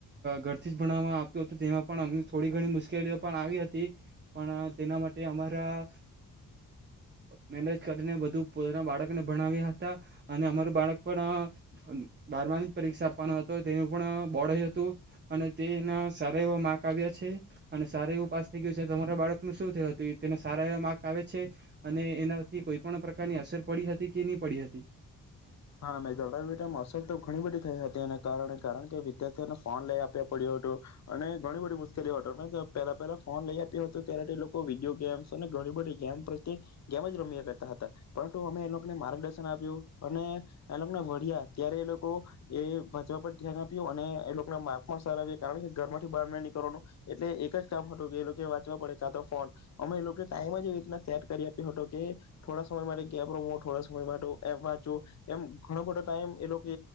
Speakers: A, on the right; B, on the left.
A: ઘરથી જ ભણવામાં આવતું હતું, તેમાં પણ અમ થોડી ઘણી મુશ્કેલીઓ પણ આવી હતી, પણ તેના માટે અમારા મેનેજ કરીને બધું પોતાના બાળકને ભણાવ્યા હતા, અને અમારું બાળક પણ બારમાની જ પરીક્ષા આપવાનો હતો તેનું પણ બોડ હતું, અને તેના સારા એવા માર્ક પણ આવ્યા છે, અને સારા એવું પાસ થઈ ગયું છે તમારા બાળકનું શું થયું હતું તેને સારા એવા માર્ક આવે છે, અને એનાથી કોઈ પણ પ્રકારની અસર પડી હતી કે નહી પડી હતી
B: હા મે દણાવી અસર તો ઘણી બધી થઈ હતી એના કારણે કારણ કે વિદ્યાર્થીઓને ફોન લઈ આપ્યા પડ્યો હતું અને ઘણી બધી મુશ્કેલીઓ હતો પહેલા પહેલા ફોન લઈ આપ્યો હતો ત્યારે એ લોકો વિડીયો ગેમ્સ અને ઘણી બધી ગેમ પ્રત્યે ગેમ જ રમ્યા કરતા હતા પરંતુ અમે એ લોકોને માર્ગદર્શન આપ્યું. અને એલોક ને વડળ્યા ત્યારે એ લોકો એ વાંચવા પર ધ્યાન આપ્યું અને એ લોકોના માર્ક પણ સારા આવ્યા કારણ કે ઘરમાંથી બહાર નય નીકળવાનું એટલે એક જ કામ હતું કે એ લોકો વાંચવા પડે કાં તો ફોન અમે એ લોકો ટાઈમ જ એવી રીત સેટ કરી આપ્યો હતો કે થોડા સમય માટે ગેમ રમો થોડા સમય માટે એ વાંચો. એમ ઘણો બધો ટાઈમ એ લોકો